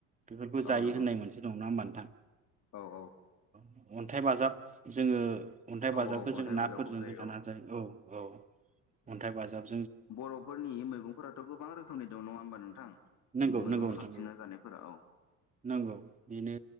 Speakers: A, on the right; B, on the left.
A: बेफोरखौ जायो
B: औ नंगौ
A: होननाय मोनसे दं नंङा होमबा <unintelligible>
B: औ औ।
A: अन्थाइ बाजाब जोङो अन्थाइ बाजाबखौ
B: औ अन्थाइ
A: जों नाफोरजों
B: बाजाबखौबो
A: होजाना
B: नंगौ
A: जायो औ। औ अन्थाइ बाजाब -
B: बर'फोरनि मैगंफोराथ' गोबां रोखोमनि दं नङा होमबा नोंथां
A: नंगौ
B: मैगं
A: नंगौ नोंथां
B: खाबथिंना
A: नंगौ
B: जानायफोरा औ।
A: नंगौ बेनो